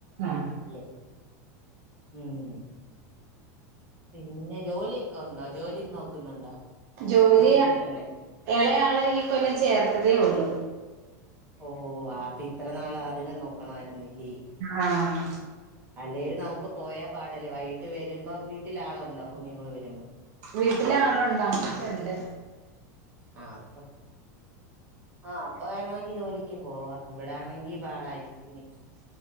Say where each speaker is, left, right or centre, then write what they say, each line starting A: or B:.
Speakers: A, on the right (about 50°); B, on the right (about 20°).
A: ആഹ്
B: അല്ലേ ഉം പിന്നെ ജോലിയൊക്കെ ഉണ്ടോ ജോലി നോക്കുന്നുണ്ടോ
A: ജോലി
B: അതോ വീട്ടിൽ തന്നെ
A: ഇളയാളെ ഈ കൊല്ലം ചേർത്തതേ ഉള്ളൂ
B: ഓ അപ്പൊ ഇത്ര നാള് അതിനെ നോക്കണമായിരുന്നില്ലേ
A: ആഹ്
B: അല്ലേലും നമുക്ക് പോയാ പാടല്ലേ വൈകിട്ട് വരുമ്പം വീട്ടിൽ ആളുണ്ടോ കുഞ്ഞുങ്ങൾ വരുമ്പോ
A: വീട്ടിലെ ആളുണ്ട് അമ്മച്ചിയുണ്ട്
B: ആ അപ്പ ആ അപ്പൊ വേണമെങ്കി ജോലിക്ക് പോവാ ഇവിടാണെങ്കി പാടായിരിക്കും ഇനി